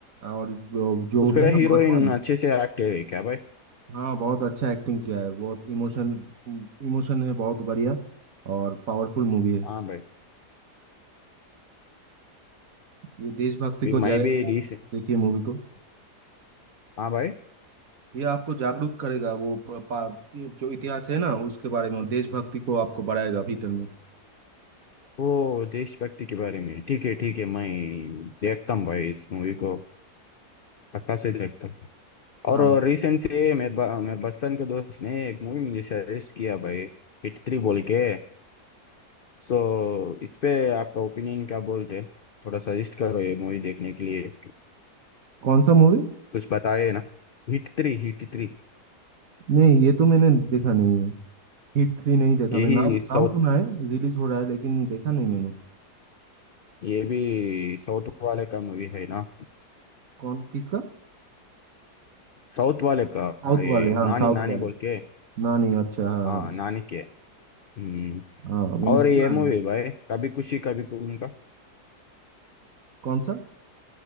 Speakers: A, on the right; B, on the left.
A: और जो जो
B: उस पर
A: है ना
B: हीरोइन
A: माधवन
B: अच्छे से एक्ट है क्या भाई
A: हाँ बहुत अच्छा एक्टिंग किया है बहुत इमोशन इमोशन है बहुत बढ़िया और पावरफुल मूवी है
B: हाँ भाई
A: ये देशभक्ति
B: भी
A: को
B: मैं
A: जाएगा
B: भी रिस
A: देखिए मूवी को
B: हाँ भाई
A: ये आपको जागरूक करेगा वो प- पा, ये जो इतिहास है ना उसके बारे में देशभक्ति को आपको बढ़ाएगा भीतर में
B: वो देशभक्ति के बारे में ठीक है ठीक है मैं देखता हूँ भाई इस मूवी को पक्का से देखता हूँ
A: हाँ
B: और रिसेंट से मेरे ब- मेरे बचपन के दोस्त ने एक मूवी मुझे सजेस्ट किया भाई हिट थ्री बोल के सो इस पे आपका ओपिनियन क्या बोलते हैं थोड़ा सजेस्ट करो ये मूवी देखने के लिए
A: कौन सा मूवी
B: कुछ बताए ना Hit three hit three
A: नहीं ये तो मैंने देखा नहीं है हिट थ्री नहीं देखा
B: यही
A: मैंने नाम नाम
B: साउथ
A: सुना है रिलीज हो रहा है लेकिन देखा नहीं मैंने
B: ये भी साउथ वाले का मूवी है ना
A: कौन किसका
B: साउथ वाले का
A: साउथ
B: हाँ, ये
A: वाले हाँ
B: नानी
A: साउथ
B: नानी
A: वाले
B: बोल के
A: ना नहीं अच्छा हाँ
B: हाँ नानी के हम्म
A: हाँ हाँ मैंने
B: और
A: सुना
B: ये मूवी
A: है
B: भाई कभी खुशी कभी गम का
A: कौन सा